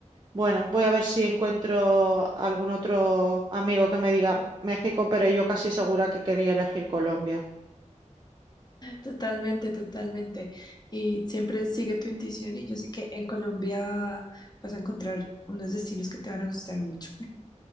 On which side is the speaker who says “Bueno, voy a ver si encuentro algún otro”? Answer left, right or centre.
Right